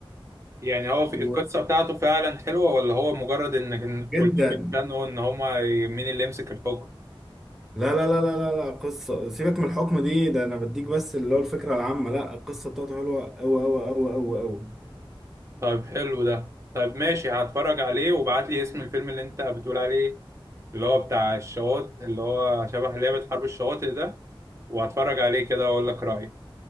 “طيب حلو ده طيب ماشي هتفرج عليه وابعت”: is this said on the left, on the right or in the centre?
Right